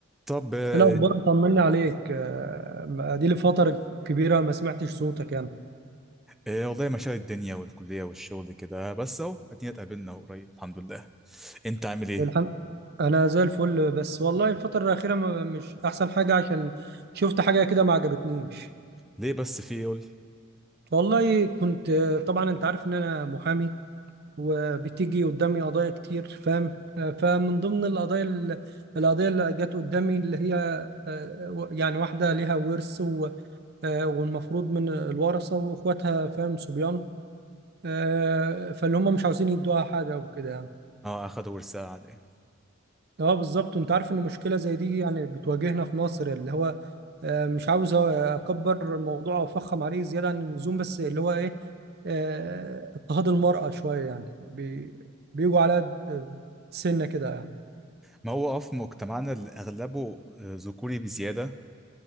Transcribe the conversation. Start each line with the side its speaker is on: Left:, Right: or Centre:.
Centre: طب آه،
Right: ايه الاخبار طمني عليك آه، دي لي فتره كبيره ما سمعتش صوتك يعني
Centre: آه، والله مشاغل الدنيا والكلية والشغل كده بس اهو ادينا اتقابلنا قريب الحمد لله انت عامل ايه
Right: الحمد انا زي الفل بس والله الفتره الاخيره ما- مش احسن حاجه عشان شفت حاجه كده ما عجبتنيش
Centre: ليه بس في إيه؟ قول لي
Right: والله كنت آه، طبعا انت عارف ان انا محامي وبتيجي قدامي قضايا كتير فاهم آه، فمن ضمن القضايا ال- القضيه اللي جت قدامي اللي هي آه، و- يعني واحده ليها ورث و- آه، والمفروض من الورثه واخواتها فاهم صبيان آه، فاللي هم مش عاوزين يدوها حاجه وكده يعني
Centre: اه اخدوا ورثة على ايه
Right: اه بالظبط وانت عارف ان مشكله زي دي يعني بتواجهنا في مصر اللي هو آه، مش عاوز اكبر الموضوع او افخم عليه زياده عن اللزوم بس اللي هو ايه آه، اضطهاد المراه شويه يعني بي- بيجوا عليها ب- سنه كده يعني
Centre: ما هو اه في مجتمعنا اللي اغلبه آه، ذكوري بزيادة